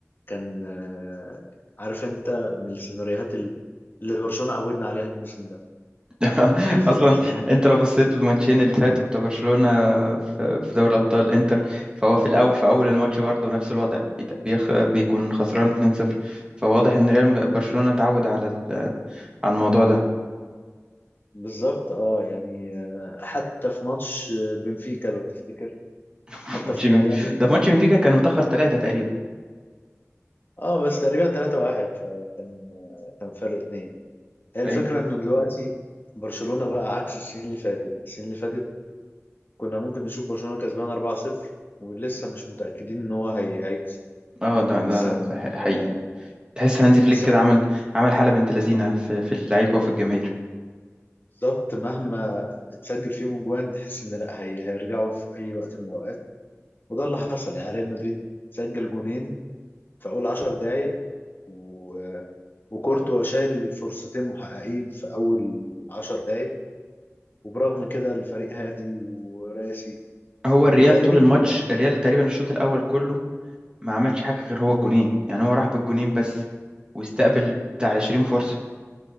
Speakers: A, on the left (about 45°); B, on the right (about 20°).
A: كان آه، عارف أنت من السيناريوهات اللي اللي برشلونة عودنا عليها الموسم ده
B: <laughs>
A: جه في
B: اصلا
A: برشلونة
B: انت لو بصيت للماتشين اللي فاتوا بتاع برشلونه في في دوري ابطال انتر فهو في الاول في اول الماتش برضه نفس الوضع بيت- بيخ... بيكون خسران 2-0 فواضح ان ريال برشلونه اتعود على ال... على الموضوع ده
A: بالظبط اه يعني آه، حتى في ماتش آه، بنفيكا لو تفتكر
B: <laughs>
A: حتى
B: ماتش
A: في
B: بن-
A: ما يعني
B: ده في ماتش بنفيكا كان متاخر ثلاثه تقريبا
A: اه بس تقريبا 3-1 فكان آه، كان فرق اتنين هي الفكرة
B: أي-
A: انه دلوقتي برشلونة بقى عكس السنين اللي فاتت السنين اللي فاتت كنا ممكن نشوف برشلونة كسبان 4-0 ولسه مش متأكدين ان هو هي هيكسب
B: اه ده ده
A: السنة
B: ده ح-
A: دي-
B: حقيقي تحس هانزي فليك
A: السنة
B: كده
A: دي
B: عمل عمل حاله بنت لذينه في في اللعيبه وفي الجماهير
A: بالظبط مهما تسجل فيهم اجوان تحس ان لا هي هيرجعوا في اي وقت من الاوقات وده اللي حصل يعني ريال مدريد سجل جونين في اول 10 دقايق و... وكورتوا شايل فرصتين محققين في اول 10 دقايق وبرغم كده الفريق هادي وراسي
B: هو الريال
A: والغريب
B: طول
A: ان
B: الماتش الريال تقريبا الشوط الاول كله ما عملش حاجة غير هو الجونين يعني هو راح بالجونين بس واستقبل بتاع 20 فرصة